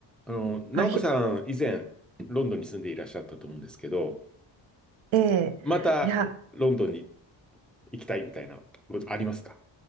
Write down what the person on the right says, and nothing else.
あ、ひ、
ええいや、